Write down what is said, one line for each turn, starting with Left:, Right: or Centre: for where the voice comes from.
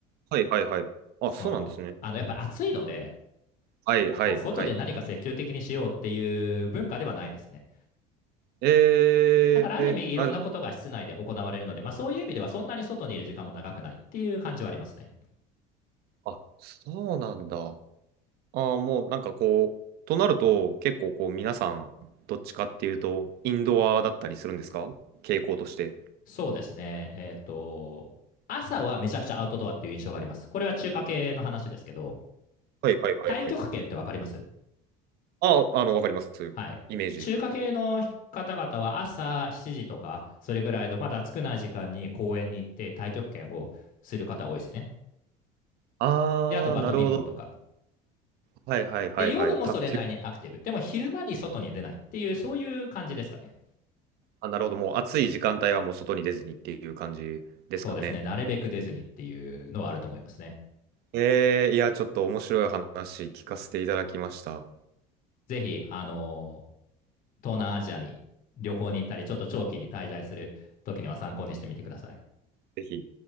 Right: はいはいはい。あ、
Left: そのあのやっぱり暑いので、
Right: そうなんですね。はいはいはい。
Left: こう外で何か積極的にしようっていう文化ではないですね。
Right: えー、
Left: だからある意味、いろんなことが室内で行われるので、
Right: あ、で
Left: まあ、そういう意味ではそんなに外にいる時間も長くないっていう感じはありますね。
Right: あそうなんだ。ああ、もうなんかこう、となると結構こう皆さん、どっちかっていうと、インドアだったりするんですか傾向として。
Left: そうですね、えっ、と、朝はめちゃくちゃアウトドアっていう印象があります。これは中華系の話ですけど、
Right: はいはいはいはい。
Left: 太極拳って分かります
Right: あ、あの、わかります。
Left: はい。
Right: イメージ。
Left: 中華系の方々は朝7時とか、それぐらいのまだ暑くない時間に公園に行って太極拳をする方多いですね。
Right: ああ、
Left: で、あとバドミントンとか。
Right: なるほど。はいはいはいはい。
Left: で、夜もそれなりにアクティブ。
Right: 卓球。
Left: でも昼間に外に出ないっていう、そういう感じですかね。
Right: あ、なるほど。もう暑い時間帯はもう外に出ずにっていう感じですかね。
Left: そうですね。なるべく出ずにっていうのはあると思いますね。
Right: えー、いや、ちょっと面白い話聞かせていただきました。
Left: ぜひ、あのー東南アジアに旅行に行ったり、ちょっと長期に滞在する時には参考にしてみてください。
Right: ぜひ。